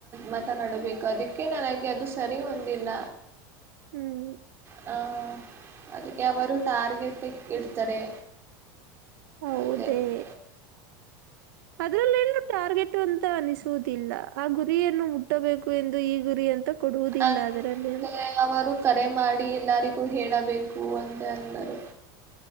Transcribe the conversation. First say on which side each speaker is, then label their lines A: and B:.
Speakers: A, on the right; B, on the right.
A: ಮಾತನಾಡಬೇಕು ಅದಕ್ಕೆ ನನಗೆ ಅದು ಸರಿ ಹೊಂದಿಲ್ಲ
B: ಹ್ಮ್
A: ಹ ಅದಕ್ಕೆ ಅವರು ಟಾರ್ಗೆಟ್ ಇಡ್ತಾರೆ
B: ಹೌದೇ
A: ಅದೇ ಅದು
B: ಅದ್ರಲ್ಲ ಏನು ಟಾರ್ಗೆಟ್ ಅಂತ ಅನಿಸುವುದಿಲ್ಲ ಆ ಗುರಿಯನ್ನು ಮುಟ್ಟಬೇಕು ಎಂದು ಈ ಗುರಿ ಅಂತ ಕೊಡುವುದಿಲ್ಲ
A: ಅಂದೆ
B: ಅದರಲ್ಲಿ ಅಂತ
A: ಅವರು ಕರೆ ಮಾಡಿ ಎಲ್ಲಾರಿಗ ಹೇಳಬೇಕು ಅಂತ ಅಂದರು